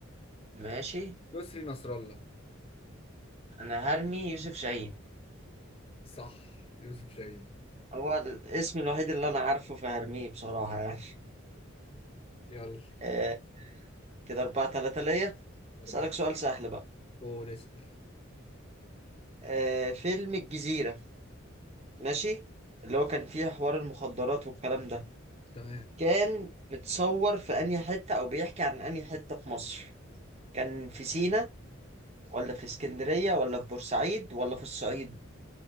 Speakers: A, on the right; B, on the left.
A: ماشي
B: يسري نصر الله
A: انا هرمي يوسف شاهين
B: صح يوسف شاهين
A: هو الاسم الوحيد اللي انا عارفه فهرميه بصراحة يعني
B: يلا
A: آه كده اربعة تلاتة ليا
B: أربعة
A: اسألك سؤال سهل بقى
B: قول اسأل
A: آه فيلم الجزيرة ماشي اللي هو كان فيه حوار المخدرات والكلام ده
B: تمام
A: كان متصور في انهي حتة او بيحكي عن انهي حتة في مصر كان في سينا ولا في اسكندرية ولا في بورسعيد ولا في الصعيد